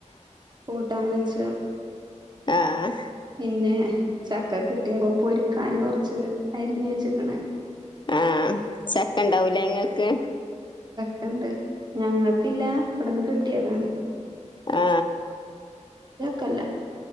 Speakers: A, on the right; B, on the left.
A: കൂട്ടാൻ വെച്ച്
B: ആ ആ
A: പിന്നെ ചക്ക കിട്ടിയപ്പോ പൊരിക്കാന് കൊറച്ച് അരിഞ്ഞ് വെച്ചിക്കണ്
B: ആ.. ചക്ക ഉണ്ടാവൂലെ ഇങ്ങക്ക്
A: കണ്ട് ഞങ്ങൾക്കില്ല ഇവിടന്ന് കി കിട്ടിയതാണ്
B: ആ
A: കല്ല